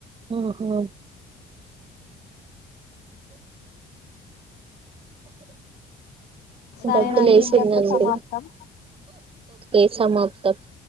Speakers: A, on the right; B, on the left.
A: ఓహో
B: సరేనండి
A: దబ్బులేసిండండి
B: ఇంతటితో సమాప్తం
A: ఏసేమాతప్